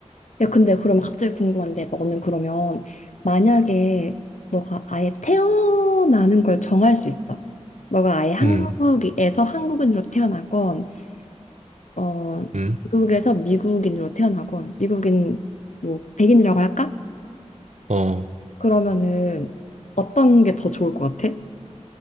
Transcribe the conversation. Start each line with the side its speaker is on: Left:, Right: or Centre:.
Left: 야, 근데 그러면 갑자기 궁금한데, 너는 그러면 만약에 너가 아예 태어나는 걸 정할 수 있어. 너가 아예 한국에서
Right: 음,
Left: 한국인으로 태어나건, 어,
Right: 음,
Left: 미국에서 미국인으로 태어나건, 미국인 뭐 백인이라고 할까?
Right: 어,
Left: 그러면은 어떤 게 더 좋을 것 같아?